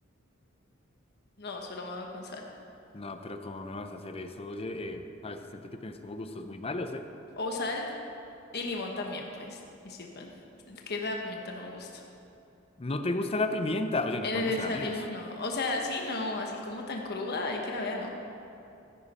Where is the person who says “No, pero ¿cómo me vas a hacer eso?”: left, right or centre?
Left